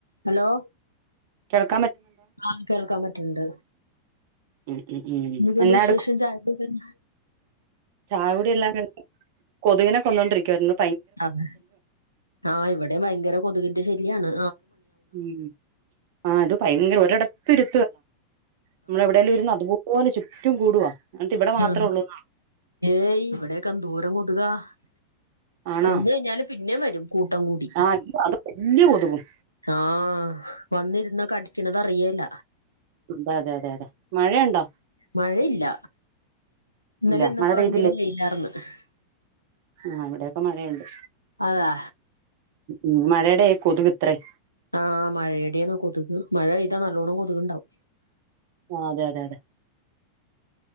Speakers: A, on the left; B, on the right.
A: hello
B: <unintelligible>
A: ആ കേൾക്കാൻ പറ്റുണ്ട്
B: ഉം ഉം ഉം
A: എന്തൊക്കെയുണ്ട്
B: എന്നാ
A: വിശേഷം ചായ കുടി കഴിഞ്ഞോ
B: ചായ കുടി എല്ലാം കഴിഞ്ഞ് കൊതുകിനെ കൊന്നോണ്ടിരിക്കാരുന്നു
A: അതെ ആ ഇവിടെ ഭയങ്കര കൊതുകിന്റെ ശൈല്യയാണ്
B: ഉം ആ അത് ഭയങ്കര ഒരിടത്ത് ഇരു നമ്മൾ എവിടേലും ഇരുന്ന് അതുപോലെ ചു ഏറ്റവും കൂടുവാ എന്നിട്ട് ഇവിടെ മാത്രേ
A: ആ
B: ഉള്ളൂ
A: ഏയ് ഇവിടൊക്കെ എന്തോരം <unintelligible> <inaudible>
B: ആണോ
A: കൊന്ന് കഴിഞ്ഞാല് പിന്നെ വരും കൂട്ടം കൂടി
B: ആഹ് അത് വല്യ കൊതുകും
A: ആഹാ വന്നിരുന്ന് കടിക്കണ അതറിയേല്ല
B: എന്താ അതെ അതെ അതെ മഴയുണ്ടോ
A: മഴയില്ല ഇന്നലെ
B: ഇല്ല
A: ഇന്നൊക്കെ
B: മഴ
A: ഭയങ്കര
B: പെയ്തില്ലേ
A: വെയിലാരുന്നു <unintelligible>
B: ആഹ് ഇവിടെയൊക്കെ മഴയുണ്ട്
A: അതാ
B: ഉം മഴടെയാ ഈ കൊതുക് ഇത്രേം
A: ആഹാ മഴയുടെയാണ് കൊതുക് മഴ പെയ്താ നല്ലോണ്ണം കൊതുകുണ്ടാവും
B: ആ അതെ അതെ അതെ